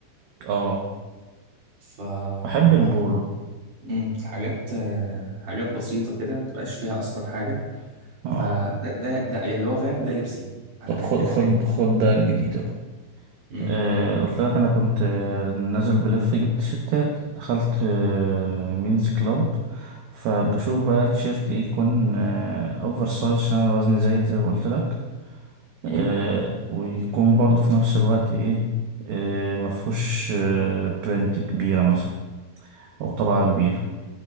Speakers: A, on the right; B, on the right.
A: أه
B: فانا
A: بحب البولو
B: مم، حاجات آه، حاجات بسيطه كده مبقاش فيها اصلا حاجه
A: أه
B: فده ده ده اللي هو فاهم ده لبسي انا
A: طب
B: بحب
A: خد
B: الحاجات
A: خد
B: دي
A: خد بقى الجديدة بقى
B: مم،
A: آه، قلت لك انا كنت آه، نازل بلف جبت تيشيرتات دخلت آه، مينز كلاب فبشوف بقى تيشيرت ايه يكون آه، اوفر سايز عشان انا وزني زايد زي ما قلت لك آه،
B: مم،
A: ويكون برضه في نفس الوقت ايه آه، مفهوش آه، برنت كبيرة مثلا او طبعة كبيرة